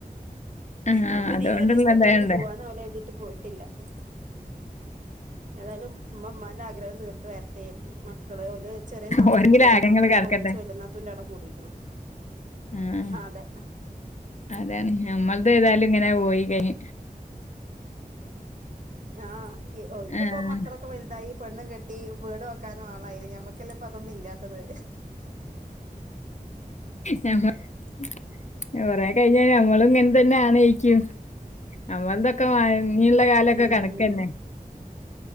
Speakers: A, on the left; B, on the right.
A: ആഹ്
B: അപ്പൊ പിന്നെ
A: അതുകൊണ്ടുള്ള
B: ഈ ഒരീസ്ത്തെ
A: ഇതായോണ്ടേ
B: ലീവിന് പോവാനാവുല എര്തീറ്റ് പോയിട്ടില്ല ഉം ഏതായാലും മ്മ മ്മാന്റെ ആഗ്രഹം തീർത്ത് വര്‌ട്ടേ എര്തി മക്കള് ഓല് ചെറിയ നാത്തൂനും
A: ഓരെങ്കിലും
B: വലിയ
A: ആഗ്രഹങ്ങള്
B: നാത്തൂനൊക്കൊന്നിച്ച്
A: നടക്കട്ടെ
B: വലിയ നാത്തൂന്റെവ്ടെ കൂടീക്ക്ണ്
A: ആഹ്
B: ആതെ
A: അതാണ് ഞമ്മൾതേതായാലും ങ്ങനെ പോയി കയ്നി
B: ആ ഇ ഓൽകിപ്പൊ
A: ആഹ്
B: മക്കളൊക്കെ വൽതായി പെണ്ണും കെട്ടി വീട് വെക്കാനും ആളായിലെ ഞമ്മക്കെല്ലെ പ്പതൊന്നു ഇല്ലാത്തത്
A: നമ്മക്ക് കൊറെ കെയ്ഞ്ഞാ ഞമ്മളും ങ്ങൻ തന്നാണയ്ക്കും അമ്മൾതൊക്കെ വയൻ ഞ്ഞിള്ള കാലൊക്കെ
B: ഉം
A: കണക്കെന്നെ